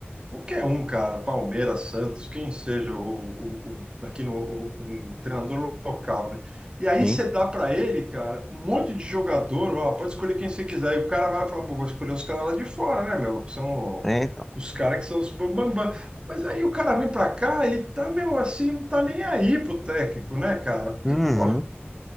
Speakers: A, on the right; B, in the centre.
A: qualquer um, cara, Palmeiras, Santos, quem seja, o, o- o- aqui no o- um treinador local, né? E aí
B: Enfim,
A: você dá para ele, cara, um monte de jogador, ó, pode escolher quem você quiser. E o cara vai falar, pô, vou escolher os caras lá de fora, né, meu? Que são
B: é, então,
A: os caras que são os bambambam. Mas aí o cara vem para cá e tá, meu, assim, não tá nem aí pro técnico, né, cara? Porque,
B: Uhum,
A: pô.